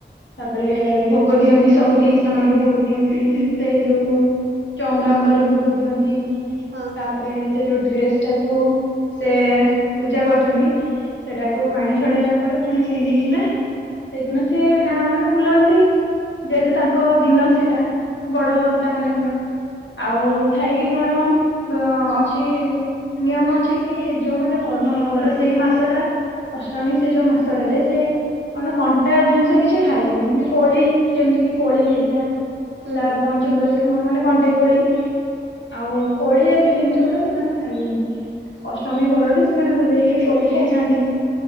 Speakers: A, on the left (about 80°); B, on the right (about 70°).
A: ତାପରେ ଭୋଗ ଭୋଗ ଦିଅନ୍ତି ସବୁଠି, ଈଶାନରେ ଭୋଗ ଦିଅନ୍ତି ସେଇ ଯୋଉ ଚଉରା
B: ହଁ
A: ମୂଳ ରେ ଭୋଗ ଦିଅନ୍ତି,
B: ହଁ ହଁ
A: ତାପରେ ସେ ଯୋଉ ଡ୍ରେସ ଟାକୁ ସେ ପୂଜା କରୁଛନ୍ତି, ସେଟାକୁ ପାଣି ଛଡେଇବା ପରେ ପୁଣି ପିନ୍ଧିକିନା, ସେଇଦିନ ସେ ଗାଁ ମାନେ ବୁଲନ୍ତି। ଯେହେତୁ ତାଙ୍କ
B: ହୁଁ
A: ଦିନ ସେଇଟା
B: ହୁଁ
A: ବଡ ପିଲା ମାନଙ୍କର ଆଉ ଥାଇକି କଣ, ଅଛି ନିୟମ ଛି କି ଯୋଉମାନେ ବଡ ସେଇ ମାସଟା ଅଷ୍ଟମୀ, ସେ ଯୋଉ ମାସଟାରେ ସେ କଣ କଣ୍ଟା ଜିନିଷ କିଛି ଖାଇବେନି, ମାନେ କୋଳି, ଯେମିତି କି କୋଳି ହେରିକା ହେଲା
B: ହୁଁ
A: ବଇଞ୍ଚ କୋଳି, ମାନେ କଣ୍ଟେଇ କୋଳି ଆଉ କୋଳି ଜାତୀୟ ଜିନିଷ ଗୁଡା ସେମାନେ ଖାଇବେନି। ଅଷ୍ଟମୀ ପରଠୁ ସେମାନେ ବୁଲିକି କୋଳି ଖାଇଥାନ୍ତି।